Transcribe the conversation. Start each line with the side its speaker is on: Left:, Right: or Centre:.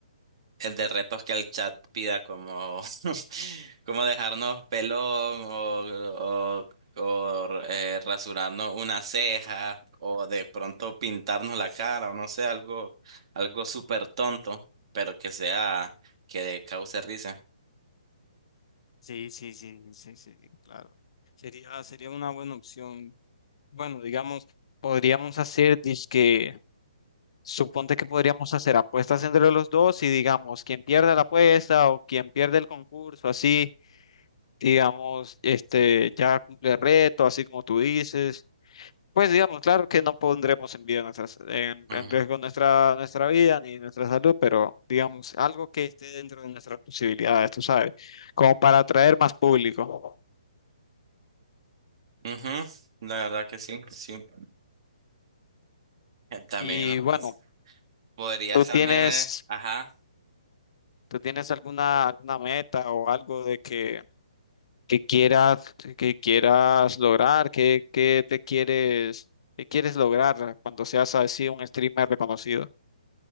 Right: el de retos que el chat pida como, <laughs> como dejarnos pelón o, o, o, eh, rasurarnos una ceja o de pronto pintarnos la cara o no sé, algo, algo súper tonto, pero que sea, que cause risa.
Left: Sí, sí, sí, sí, sí, claro. Sería, sería una buena opción. Bueno, digamos, podríamos hacer disque Suponte que podríamos hacer apuestas entre los dos y digamos, quien pierda la apuesta o quien pierde el concurso, así, digamos, este, ya cumple el reto, así como tú dices. Pues digamos, claro que no pondremos en vida nuestras, en,
Right: Mm.
Left: en riesgo nuestra, nuestra vida ni nuestra salud, pero digamos, algo que esté dentro de nuestras posibilidades, tú sabes, como para atraer más público.
Right: Ujú, La verdad que sí, sí. Eh, También
Left: Y
Right: ¿no?
Left: bueno,
Right: Nos- podrías
Left: tú tienes,
Right: también, eh, ajá.
Left: tú tienes alguna, alguna meta o algo de que qué quieras, qué quieras lograr, qué, qué te quieres, qué quieres lograr cuando seas así un streamer reconocido.